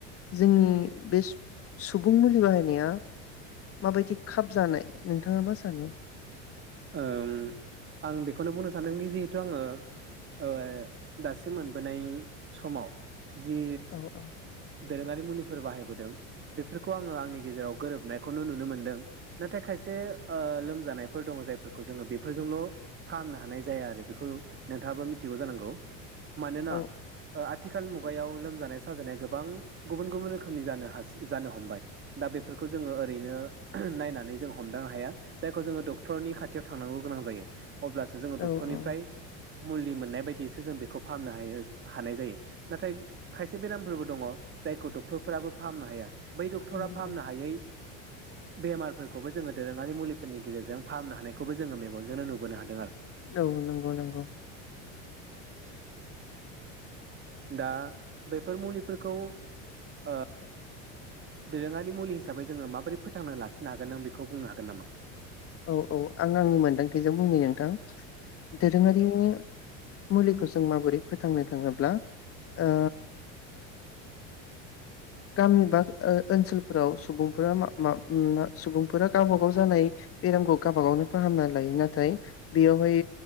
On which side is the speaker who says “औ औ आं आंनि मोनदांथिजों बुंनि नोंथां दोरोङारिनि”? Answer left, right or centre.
Left